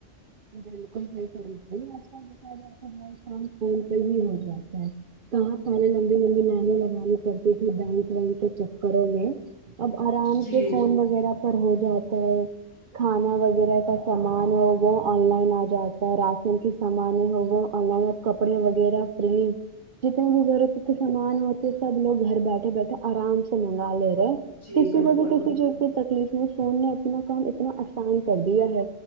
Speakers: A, on the right; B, on the left.
A: بالکل بلکل آجکل دیکھا جائے تو ہر کام فون پہ ہی ہو جاتا ہے کہاں پہلے لمبی لمبی لائنیں لگانی کرتی تھی بینک ونک کے چکروں میں اب آرام
B: جی
A: سے فون وغیرہ ہو جاتا ہے کھانا وغیرہ کا سامان ہو وہ آن لائن آ جاتا راشن کی سامان وغیرہ آنلائن کپڑے وغیرہ فری جتنے بھی ضرورت کے سامان ہوتے سب لوگ گھر بیٹھے بیٹھے آرام سے منگا لےتے
B: جی
A: کسی
B: بالکل
A: کو تو کسی
B: بالکل
A: چیز سے تکلیف میں فون نے اپنا کام اتنا آسان کر دیا ہے